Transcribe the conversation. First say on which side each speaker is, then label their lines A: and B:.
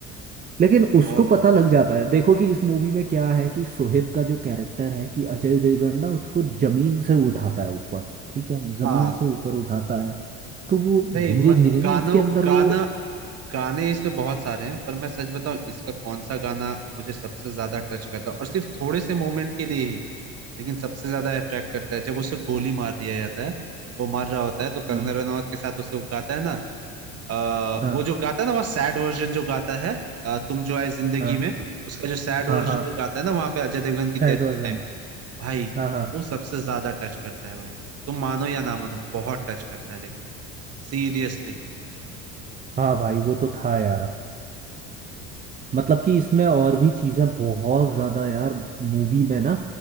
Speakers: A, on the right; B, on the right.
A: लेकिन उसको
B: बहुत
A: पता
B: अच्छा
A: लग जाता है देखो कि इस मूवी में क्या है कि सोहेब का जो कैरेक्टर है कि अजय देवगन ना उसको जमीन से उठाता है ऊपर ठीक है जमीन
B: हाँ
A: से ऊपर उठाता है तो वो
B: नहीं
A: धीरे
B: म,
A: धीरे ना
B: गानों
A: उसके अंदर
B: गाना
A: वो
B: गाने इसमें बहुत सारे हैं पर मैं सच बताऊं इसका कौन सा गाना मुझे सबसे ज्यादा टच करता है और सिर्फ थोड़े से मोमेंट के लिए ही लेकिन सबसे ज्यादा अट्रैक्ट करता है जब उसे गोली मार दिया जाता है वो मार रहा होता है तो कंगना
A: हाँ
B: रनावत के साथ उसे वो गाता है ना आ,
A: हाँ
B: वो जो गाता है ना वहाँ सैड वर्जन जो गाता है अ, तुम जो आए जिंदगी
A: हाँ
B: में उसका जो सैड वर्जन
A: हाँ हाँ
B: जो गाता है ना वहाँ पे अजय देवगन की
A: Sad
B: डेथ के
A: version
B: टाइम भाई
A: हाँ हाँ
B: वो सबसे ज्यादा टच करता है भाई तुम मानो या ना मानो बहुत टच करता है लेकिन सीरियसली
A: हाँ भाई वो तो था यार मतलब कि इसमें और भी चीजें बहुत ज्यादा यार मूवी में ना